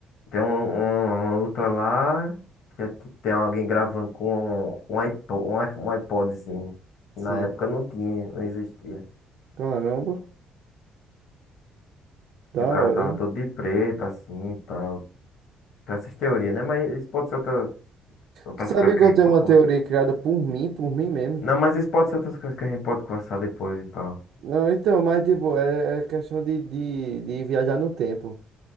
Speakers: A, on the left; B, on the right.
A: tem um, um- uma luta lá que é ti- tem alguém gravando com um, um iPod, um iPodzinho.
B: Sim.
A: Na época não tinha, não existia.
B: Caramba, da
A: E o
B: hora.
A: cara tava
B: né?
A: todo de preto, assim, e tal. Tem essas teorias, né? Mas isso pode ser outra, outras
B: Tu Sabia
A: coisas que
B: que eu
A: a gente
B: tenho
A: pode
B: uma
A: conversar.
B: teoria criada por mim, por mim mesmo?
A: Não, mas isso pode ser outras coisas que a gente pode conversar depois e tal.
B: Não, então, mas tipo, é, é questão de, de, de viajar no tempo.